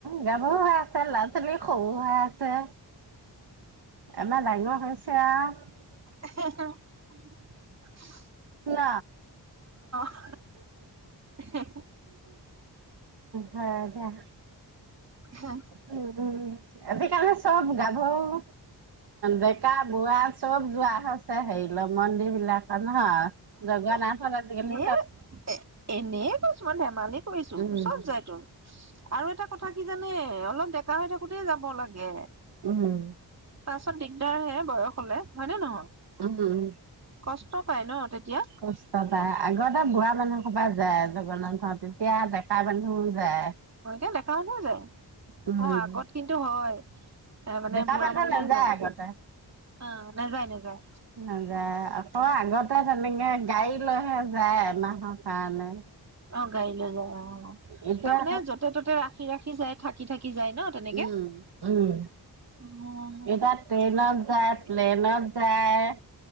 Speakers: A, on the right (about 65°); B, on the right (about 40°).
A: গাব ল'ৰা ছোৱালী খৰু হৈাই আছে আমাৰ ডাঙৰ হৈ হৈছে ত
B: <unintelligible>
A: ন
B: অ হে
A: হয় দিয়া
B: হে
A: উম উম আজিকালি চব গাভৰু ডেকা বুঢোৱাা চব যোৱা হৈছে হেৰি ল মন্দিৰ বিলাক অহা জগুৱানখন ৰাতিিকলে
B: এ এ এনে কিছুমান ধেমালিত ছো
A: উম
B: চব যায় তোৰ আৰু এটা কথা থাকি জানে অলপ ডেকা হৈ থাকোতে যাব লাগে
A: উম
B: পাছত দিগদাৰ হে বয়স হলে হয়নেে নহয়
A: উম উম
B: কষ্টকাই ন তেতিয়া
A: কষ্ট প আগৰ এটা বুঢ়া মানুহ সবা যায় জগন্নাথৰ তেতিয়া ডেকাাই মানুহও যায়
B: অতি লেকা মহ যায়
A: উম
B: অ আগত কিন্তু হয় এ মানে
A: বেকা
B: বুঢ়া
A: বেঠ
B: মানুহে
A: নেযায়
B: যায়
A: আগতে
B: অ নাযায় নাযায়
A: <unintelligible> অঁ আগতে তেনেকে গাড়ী লৈহে যায় এমাহৰ কাৰণে।
B: অঁ গাৰীলৈ যাবা। অঁ
A: এতিয়া
B: তাৰমানে যতে ত'তে ৰাখি ৰাখি যাই থাকি থাকি যায় ন তেনেকে
A: উম, উম
B: উম
A: এটা যায়, প্লেনত যায়।